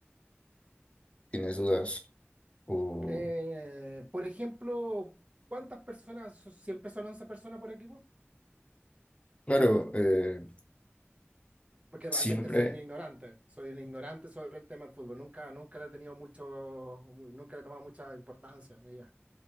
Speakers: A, on the left (about 30°); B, on the right (about 30°).
A: tienes dudas? O,
B: Eh, por ejemplo, ¿cuántas personas? so- ¿Siempre son 11 personas por equipo?
A: claro, eh,
B: Porque realmente
A: siempre,
B: soy un ignorante, soy un ignorante sobre el tema del fútbol. Nunca, nunca le he tenido mucho, mu- nunca le he tomado mucha importancia en mi vida.